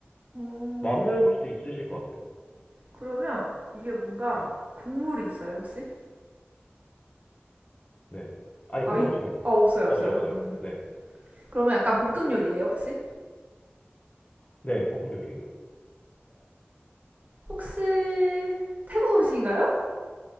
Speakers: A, on the right; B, on the left.
A: 어,
B: 맘안 먹어볼 수도 있으실 것 같아요.
A: 그러면 이게 뭔가
B: 네,
A: 국물이 있어요, 혹시?
B: 네, 아니
A: 아,
B: 국물
A: 이,
B: 없습니다.
A: 아, 없어요, 없어요.
B: 없어요, 없어요.
A: 음,
B: 네,
A: 그러면 약간 볶음 요리예요, 혹시?
B: 네, 볶음 요리예요.
A: 혹시 태국 음식인가요?